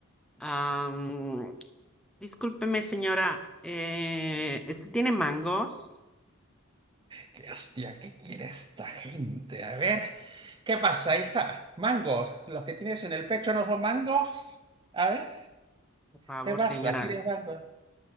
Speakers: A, in the centre; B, on the right (about 25°).
A: am, discúlpeme, señora. eh, ¿este tiene mangos?
B: ¿Qué hostia? ¿Qué quiere esta gente? A ver, ¿qué pasa, hija? ¿Mangos? ¿Los que tienes en el pecho no son mangos? A ver,
A: Por favor,
B: ¿qué pasa?
A: señora.
B: ¿Quieres mangos?